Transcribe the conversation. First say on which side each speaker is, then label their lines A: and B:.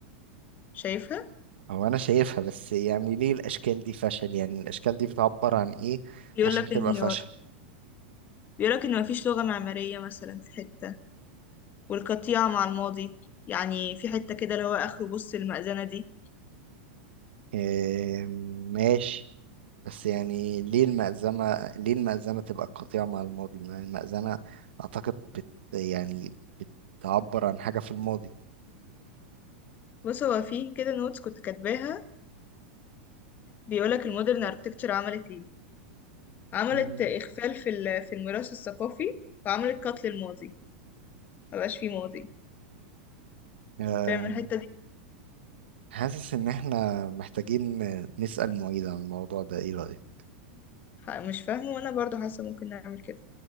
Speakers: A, on the left (about 30°); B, on the right (about 80°).
A: شايفها
B: هو انا شايفها بس يعني ليه الاشكال دي فشل يعني الاشكال دي بتعبر عن ايه
A: بيقول
B: عشان
A: لك
B: تبقى
A: انهيار
B: فشل
A: بيقول لك ان مفيش لغة معمارية مثلا في حتة والقطيعة مع الماضي يعني في حتة كده اللي هو اخره بص المأذنة دي
B: إيه ماشي بس يعني ليه المأذنة ليه المأذنة تبقى قطيعة مع الماضي ما المأذنة أعتقد بت يعني بتعبر عن حاجة في الماضي
A: بص هو في كده نوتس كنت كاتباها بيقولك المودرن اركتكتشر عملت ايه عملت
B: مم.
A: اخفال في ال- في الميراث الثقافي وعملت قتل الماضي مبقاش فيه ماضي
B: آه،
A: فاهم الحتة دي
B: حاسس إن إحنا محتاجين نسأل معيد عن الموضوع ده إيه رأيك؟
A: ح- مش فاهمه وانا برضو حاسة ممكن نعمل كده